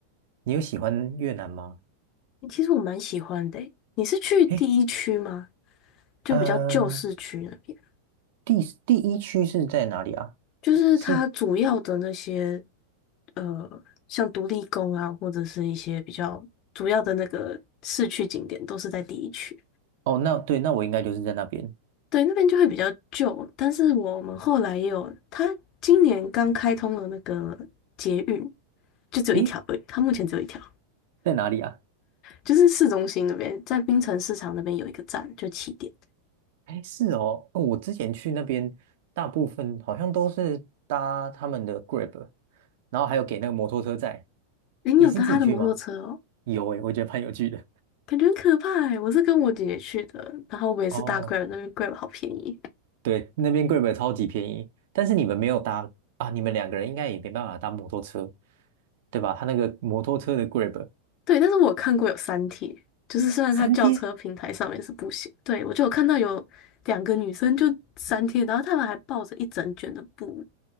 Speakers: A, on the right (about 50°); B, on the left (about 40°).
A: 你有喜欢越南吗？
B: 其实我蛮喜欢的诶你是去第一区吗？
A: 哎，
B: 就比较旧市区那边，
A: 呃，第第一区是在哪里啊？
B: 就是它主要的那些，
A: 是
B: 呃，像独立宫啊，或者是一些比较主要的那个市区景点，都是在第一区。
A: 哦，那对，那我应该就是在那边。
B: 对，那边就会比较旧，但是我们后来也有，它今年刚开通了那个捷运，就只有一条而已，
A: 诶，
B: 它目前只有一条。
A: 在哪里啊？
B: 就是市中心那边，在槟城市场那边有一个站，就起点。
A: 哎，是哦，哦我之前去那边，大部分好像都是搭他们的 Grab，然后还有给那个摩托车载。
B: 诶，你有搭他的摩托车哦，
A: 你是自己去吗？有哎，我觉得蛮有趣的。
B: 感觉很可怕诶。我是跟我姐姐去的，然后我们也是搭
A: 哦，
B: Grab，那边 Grab 好便宜。
A: 对，那边 Grab 超级便宜，但是你们没有搭啊，你们两个人应该也没办法搭摩托车，对吧？他那个摩托车的 Grab
B: 对，但是我有看过有三贴，就是虽然它轿车平台上面是不行，
A: 三天，
B: 对，我就有看到有两个女生就三贴，然后她们还抱着一整卷的布，